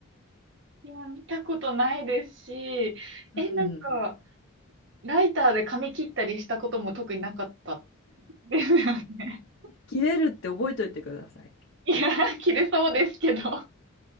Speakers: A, on the right; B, on the left.
A: いや、見たことないですし、
B: うん。
A: え、なんか、ライターで髪切ったりしたことも特になかったですよね。
B: 切れるって覚えといてください。
A: いや、切れそうですけど。